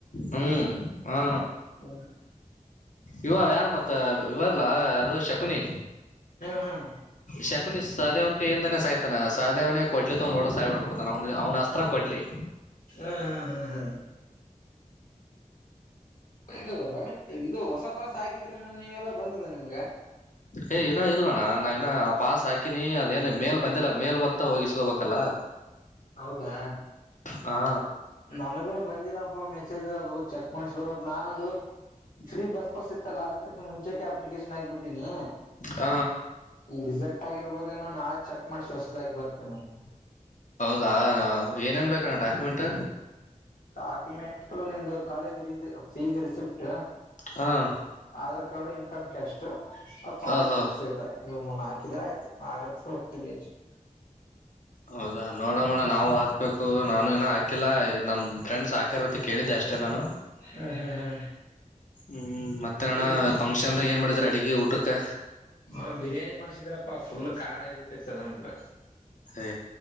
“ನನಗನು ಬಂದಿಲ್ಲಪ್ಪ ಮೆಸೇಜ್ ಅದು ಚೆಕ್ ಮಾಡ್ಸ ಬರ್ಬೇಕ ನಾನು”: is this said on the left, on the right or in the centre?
Left